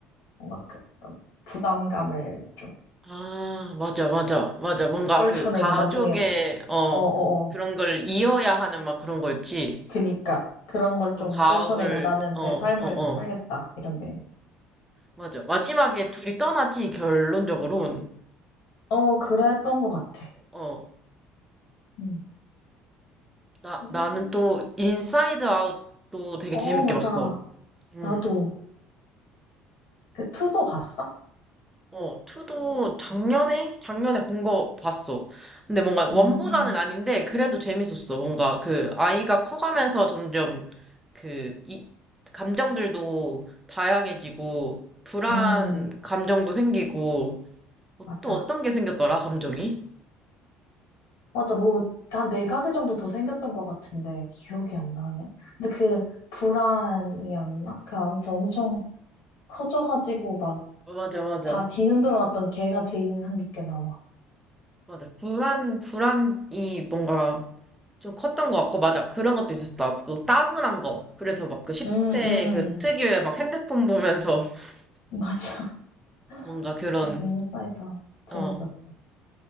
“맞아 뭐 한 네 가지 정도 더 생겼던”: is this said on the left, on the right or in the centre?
Left